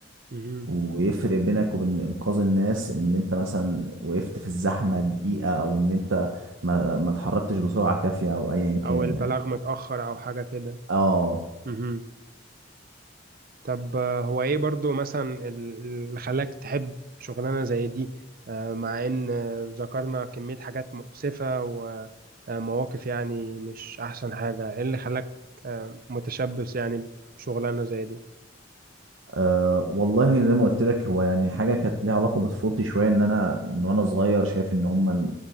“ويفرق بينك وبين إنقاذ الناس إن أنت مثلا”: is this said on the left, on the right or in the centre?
Right